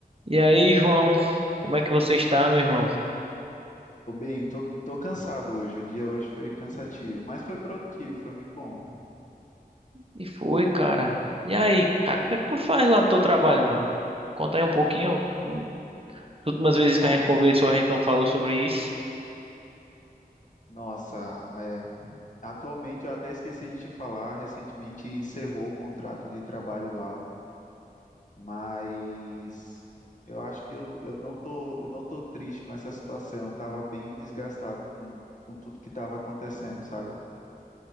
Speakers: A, on the right; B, on the left.
A: E aí, João, como é que você está, meu irmão?
B: Tô bem, tô, tô cansado hoje. O dia hoje foi cansativo, mas foi produtivo, foi muito bom.
A: E foi, cara. E aí, cara, o que é que tu faz lá no teu trabalho, mano? Conta aí um pouquinho. Nu- As últimas vezes
B: No-
A: que a gente conversou, a gente não falou sobre isso.
B: Nossa, é. Atualmente eu até esqueci de te falar, recentemente encerrou o contrato de trabalho lá, mas eu acho que eu, eu não tô, eu não tô triste com essa situação. Eu tava bem desgastado com, com tudo que estava acontecendo, sabe?